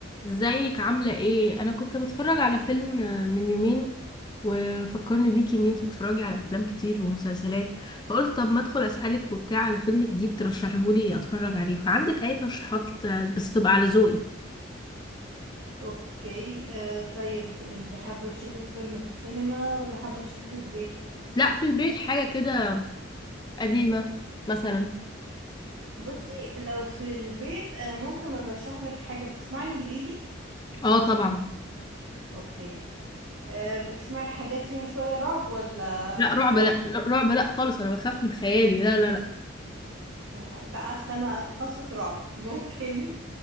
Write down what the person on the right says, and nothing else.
اوكي آه طيب انتي حابة تشوفي الفيلم في السينما ولا حابة تشوفيه في البيت
بصي لو في البيت انا ممكن ارشح لك حاجة بتسمعي انجليزي
اوكي آه بتسمعي حاجات فيها شوية رعب ولا
بتخافي
يا ح... لا أصل انا تخصص رعب <laughs> ممكن